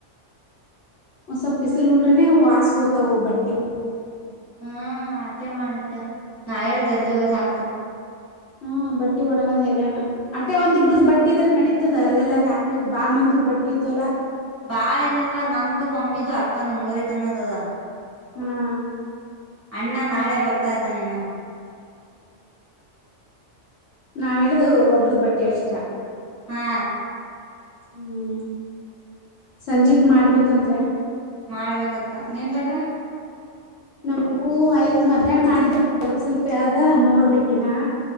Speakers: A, on the left; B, on the right.
A: ಒಂದ್ ಸ್ವಲ್ಪ ಬಿಸಲ್ ಉಂಡ್ರನೆ ವಾಸ ಹತವ್ ಅವು ಬಟ್ಟೆವು
B: ಹ್ಮ ಆಟೆ ಮಾ <unintelligible> ನಾ ಹೇಳು ಜಲ್ದಿ ಹೋಗದ್ ಹಾಕ್ಬೇಕು
A: ಹಾ ಬಟ್ಟಿ ಒಣಗದ್ ಹೈರ್ಯಣ್ಣ ಅಟ್ಟೆ ಒಂದ್ಿಬ್ರದ ಬಟ್ಟಿ ಇದ್ರೆ ನಡೀತ ಇತದ ಅಲ್ಲೆಲ್ಲಾರ ಹಾಕ್ಲಿಕ್ ಬಾ ಮಂದಿ ಬಟ್ಟ ಇದವಲ್ಲ
B: ಬಾಳ ಏನಿಲ್ಲ ನಂದು ಮಮ್ಮಿದು ಅಕ್ಕನು ಮೂರೆ ಜನದು
A: ಹ್ಮ್
B: ಅಣ್ಣ ನಾಳೆ ಬರ್ತಾ ಇದ್ದಾನೆನು
A: ನಾಡ್ದ ಒಬ್ಬ್ರದ ಬಟ್ಟಿ ಅಷ್ಟ
B: ಹಾ
A: ಹ್ಮ್ ಸಂಜೆಕ್ ಮಾಡ್ಬೇಕಂದ್ರೆ
B: ಮಾಡ್ಬೇಕಕ್ಕ ನಿಮ್ದಕ್ಕ
A: ನಮಗೂ ಯ್ತ್ ಮಧ್ಯಾಹ್ನ ಮಾಡಿದ ಸ್ವಲ್ಪ ಸ್ವಲ್ಪ ಯಾವ್ದ ನೋಡ್ಬೇಕಿನ